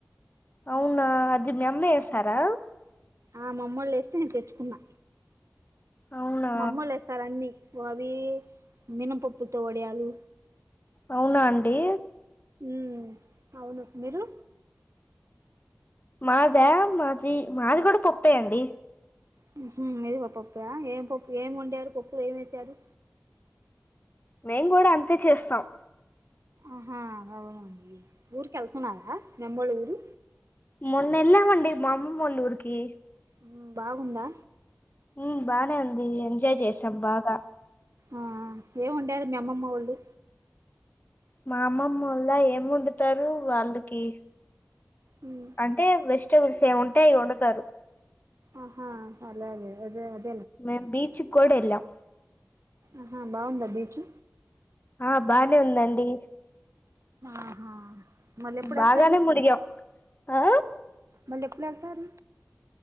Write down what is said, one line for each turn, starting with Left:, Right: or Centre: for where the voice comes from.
Left: అవ్ అవునా అది మీ అమ్మ ఎస్తారా
Right: ఆ మా అమ్మోళ్ళు వేస్తే నేను తెచ్చుకున్నా
Left: అవునా
Right: మా అమ్మోళ్ళు వేస్తారు అన్ని అవి మినపప్పుతో వడియాలు
Left: అవునా అండి
Right: ఉమ్ అవును మీరు
Left: మాదా మా మాది మాది కూడా పప్పే అండి
Right: హు హు మీది కూడా పప్పా ఏం పప్పు ఏం వండారు పప్పులో ఏం వేసారు.
Left: మేం కూడా అంతే చేస్తాం
Right: ఆహా అవునుండి ఊరికి వెళ్తున్నారా మీ అమ్మోళ్ళ ఊరు
Left: మొన్నెళ్ళామండి మా అమ్మమ్మోళ్ళ ఊరికి
Right: ఉమ్ బాగుందా
Left: ఉమ్ బానే ఉంది అది ఎంజాయ్ చేసాం బాగా
Right: ఆ ఏం వండారు మీ అమ్మమ్మ వాళ్ళు
Left: మా అమ్మమ్మల్ల ఏం వండుతారు వాళ్ళకి
Right: ఉమ్
Left: అంటే వెస్ట్ వెజిటబుల్స్ ఏం ఉంటే అవి వండుతారు
Right: ఆహా అలాగే అదే వన్
Left: మేం బీచ్ కూడేళ్ళం
Right: ఆహా బాగుందా బీచ్
Left: ఆ బానే ఉందండి
Right: ఆహా మళ్ళీ ఎప్పుడు
Left: బాగానే
Right: వెళ్తారు
Left: మునిగావ్ హా
Right: మల్లెప్పుడు ఎళ్తారు